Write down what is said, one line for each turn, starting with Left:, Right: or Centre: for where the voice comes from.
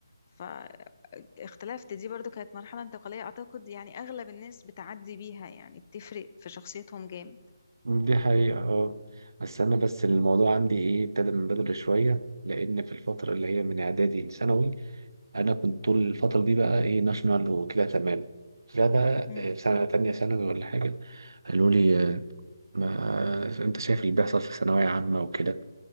Left: فاختلفت دي برضو كانت مرحلة انتقالية أعتقد يعني أغلب الناس بتعدي بيها يعني بتفرق في شخصيتهم جامد
Right: دي حقيقة اه بس أنا بس الموضوع عندي إيه ابتدى من بدري شوية لأن في الفترة اللي هي من إعدادي لثانوي أنا كنت طول الفترة دي بقى إيه ناشونال وكده تمام ده بقى
Left: مم.
Right: آه، في سنة تانية ثانوي ولا حاجة قالوا لي آه، ما أنت شايف اللي بيحصل في ثانوية عامة وكده